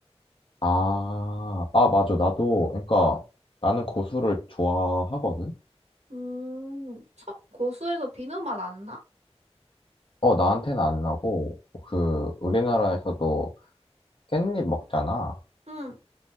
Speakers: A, on the left (about 50°); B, on the right (about 80°).
A: 아, 아, 맞아. 나도, 그러니까 나는 고수를 좋아하거든.
B: 음, 참, 고수에서 비누 맛 안 나?
A: 어, 나한테는 안 나고, 그, 우리나라에서도 깻잎 먹잖아.
B: 응,